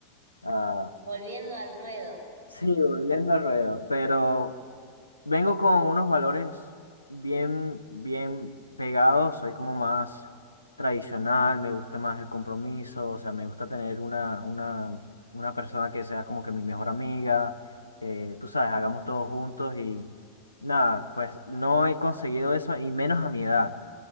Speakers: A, on the left (about 80°); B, on the right (about 50°).
A: a,
B: Volviendo al ruedo.
A: <laughs> sí, volviendo al ruedo, pero vengo con unos valores bien, bien pegados, soy como más tradicional, me gusta más el compromiso, o sea, me gusta tener una, una, una persona que sea como que mi mejor amiga, que tú sabes, hagamos todos juntos y nada, pues no he conseguido eso y menos a mi edad.